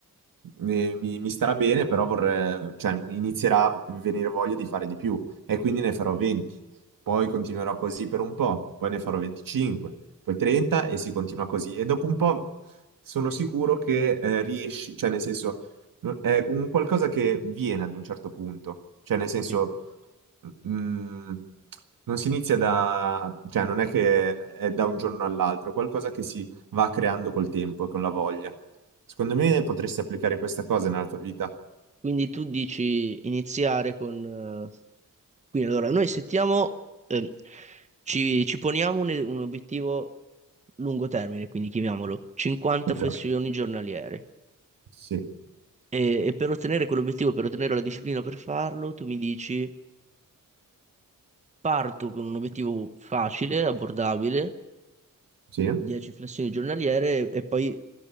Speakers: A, on the right; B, on the right.
A: mi, mi- mi starà bene, però vorrei, cioè, mi inizierà a venire voglia di fare di più e quindi ne farò 20 poi continuerò così per un po', poi ne farò 25, poi 30 e si continua così. E dopo un po' sono sicuro che eh, riesci, cioè nel senso, no- è un qualcosa che viene ad un certo punto, cioè nel senso,
B: Ok.
A: mm, non si inizia da, cioè non è che è da un giorno all'altro, è qualcosa che si va creando col tempo e con la voglia. Secondo me potresti applicare questa cosa nella tua vita.
B: Quindi tu dici iniziare con... eh, Quindi allora noi settiamo, ehm, ci, ci poniamo un, un obiettivo lungo termine, quindi chiamiamolo 50
A: Esatto,
B: flessioni giornaliere.
A: sì,
B: E, e per ottenere quell'obiettivo, per ottenere la disciplina per farlo, tu mi dici parto con un obiettivo facile, abbordabile,
A: sì,
B: 10 flessioni giornaliere e poi